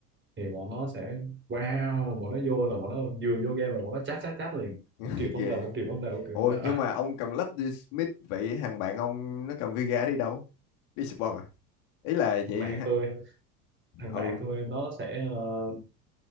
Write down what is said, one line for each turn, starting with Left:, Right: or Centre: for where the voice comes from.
Right: thì bọn nó sẽ wow bọn nó vô là bọn nó vừa vô game là bọn nó chát chát chát liền
Left: <laughs>
Right: một triệu phong
Left: ghê
Right: vào
Left: vậy.
Right: một triệu phong vào một triệu
Left: Ôi
Right: phong vào
Left: nhưng mà ông cầm lách đi Smith vậy thằng bạn ông nó cầm Vega đi đâu? Đi support à? Ý là
Right: thằng
Left: vậy
Right: bạn
Left: ha.
Right: tôi thằng bạn
Left: ừ
Right: tôi nó sẽ ờ,